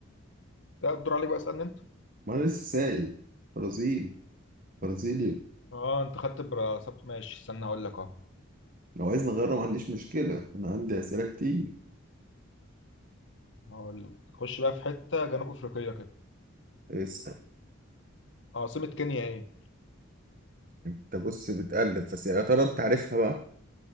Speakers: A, on the left; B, on the right.
A: لا الدور عليك بقى اسالني انت
B: ما انا لسه سائل برازيل برازيليا
A: اه انت خدت براسات ماشي استنى هقول لك اهو
B: لو عايز نغيره ما عنديش مشكله انا عندي اسئله كتير
A: هقول لك خش بقى في حته جنوب افريقيه كده
B: اسال
A: عاصمه كينيا ايه
B: انت بص بتقلب بس يا ترى انت عارفها بقى